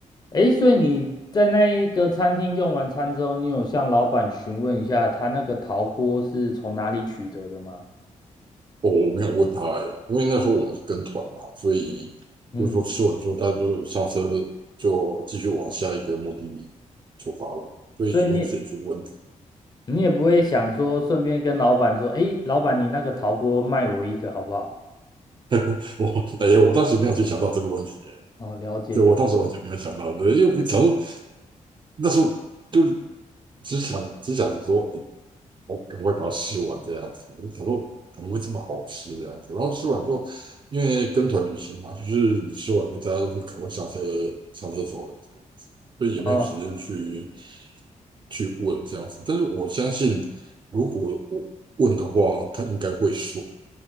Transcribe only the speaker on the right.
我我没有问他欸，因为那时候我们是跟团嘛，所以就是说吃完之后，
他就上车就继续往下一个目的地出发了，所以也没有时间去问。
<laughs> 我哎呀，我当时没有去想到这个问题欸
对，我当时完全没有想到，对，因为想说那时候就是只想只想着说，哎，我赶快把它吃完这样子。我想说怎么会这么好吃这样子？然后吃完之后，因为跟团旅行嘛，就是你吃完大家就赶快上车上厕所这样子，所以也没有时间去
去问这样子。但是我相信，如果问问的话，他应该会说，